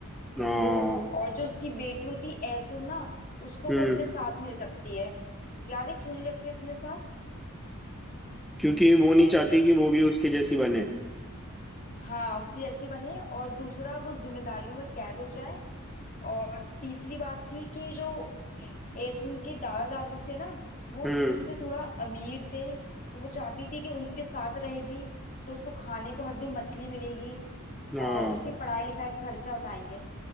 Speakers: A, on the left; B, in the centre.
A: तो
B: हाँ
A: और जो उसकी बेटी होती है ऐसो ना उसको
B: हम्म
A: वो अपने साथ नहीं रखती है याद है क्यों नहीं रखती अपने साथ
B: क्योंकि वो नहीं चाहती कि वो भी उसके जैसी बने
A: हाँ उसकी जैसी बने और दूसरा वो जिम्मेदारियों में कैद हो जाए और तीसरी बात थी कि जो एसुन के दादा दादी थे ना वो
B: हम्म
A: उससे थोड़ा अमीर थे तो वो चाहती थी कि उनके साथ रहेगी तो उसको खाने को हर दिन मछली मिलेगी
B: हाँ
A: और उसकी पढ़ाई लिखाई का खर्चा उठाएंगे